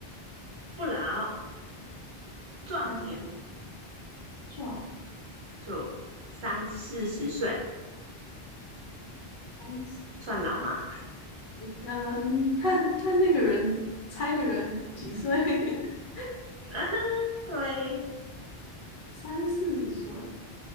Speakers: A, on the right; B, on the left.
A: 不老、壮年，
B: 他壮，
A: 就三四十岁，
B: 三十，
A: 算老吗？
B: 呃，嗯，看看那个人猜的人几岁？<laughs>
A: <laughs> 对
B: 三四十岁